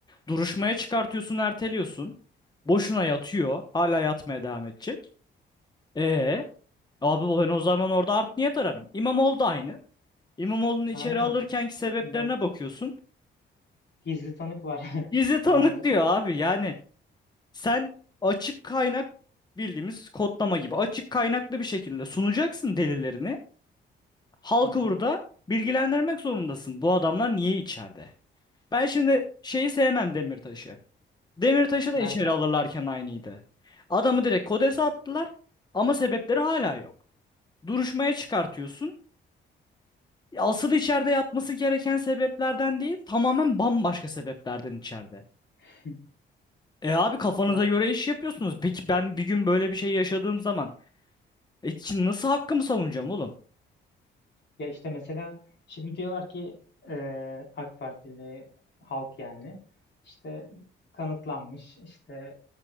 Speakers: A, on the left; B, on the left.
A: Duruşmaya çıkartıyorsun, erteliyorsun. Boşuna yatıyor. Hala yatmaya devam edecek. E abi ben o zaman orada art niyet ararım. İmamoğlu da aynı. İmamoğlu'nu içeri
B: aynen.
A: alırkenki sebeplerine
B: İmam
A: bakıyorsun.
B: Gizli tanık var. <laughs>
A: Bizi tanık
B: Yani
A: diyor abi. Yani sen açık kaynak bildiğimiz kodlama gibi açık kaynaklı bir şekilde sunacaksın delillerini. Halkı
B: hı hı,
A: burada bilgilendirmek zorundasın. Bu adamlar niye içeride? Ben şimdi şeyi sevmem Demirtaş'ı. Demirtaş'ı
B: benden.
A: da içeri alırlarken aynıydı. Adamı direkt Kodes'e attılar ama sebepleri hala yok. Duruşmaya çıkartıyorsun. Asıl içeride yatması gereken sebeplerden değil, tamamen bambaşka sebeplerden içeride.
B: <laughs>
A: E abi kafanıza
B: Ya,
A: göre iş yapıyorsunuz. Peki ben bir gün böyle bir şey yaşadığım zaman e ki- nasıl hakkımı savunacağım oğlum?
B: ya işte mesela şimdi diyorlar ki eee AK Partili halk yani işte kanıtlanmış işte